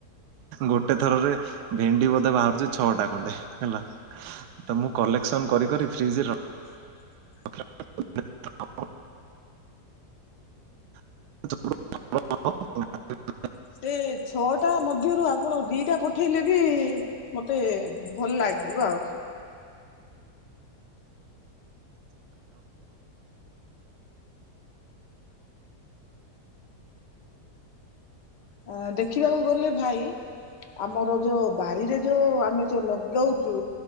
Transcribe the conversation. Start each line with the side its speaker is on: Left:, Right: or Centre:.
Right: ଗୋଟେ ଥରରେ ଭେଣ୍ଡି ବୋଧେ ବାହାରୁଛି ଛଅଟା ଖଣ୍ଡେ ହେଲା ତ ମୁଁ କଲି। କଲେକ୍ସନ୍ କରି କରି ଫ୍ରିଜ୍ ର
Left: ହ <inaudible>
Right: <unintelligible> <unintelligible>
Left: ସେ ଛଅଟା ମଧ୍ୟରୁ ଆପଣ ଦିଟା ପଠେଇଲେ। ବି ମତେ ଭଲ ଲାଗଯିବ ଆଉ। ଅ ଦେଖିବାକୁ ଗଲେ ଭାଇ ଆମର ଯୋଉ ବାରିରେ ଯୋଉ ଆମେ ଯୋଉ ଲଗାଉଚୁ,